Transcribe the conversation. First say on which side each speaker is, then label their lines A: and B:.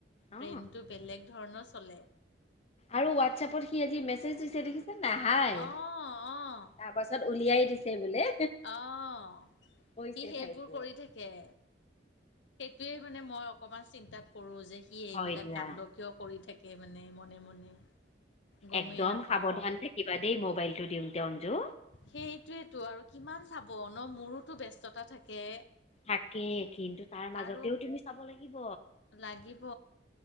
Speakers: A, on the left (about 35°); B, on the left (about 80°).
A: অ
B: ব্ৰেইনটো বেলেগ ধৰণৰ চলে।
A: আৰু হোৱাটছএপত সি আজি মেছেজ দিছে দেখিছে। নাহাই
B: অ', অ',
A: তাৰ পাছত উলিয়াই দিছে বোলে।
B: অ', সি
A: কৈছে
B: সেইবোৰ
A: ভাইটিয়ে।
B: কৰি থাকে। সেইটোয়ে মানে মই অকমান চিন্তাত পৰু যে সি এইবিলাক
A: হয় দিয়া
B: কাণ্ড কিয় কৰি থাকে। এ মানে মনে মনে। গমেই
A: একদম
B: নাপাও
A: সাৱধান থাকিবা দেই মোবাইলটো দিওতে অনজো।
B: সেইটোৱেতো আৰু কিমান চাব ন মোৰোতো ব্যস্ততা থাকে।
A: থাকে কিন্তু তাৰ মাজতেও
B: আৰু
A: তুমি চাব লাগিব।
B: লাগিব।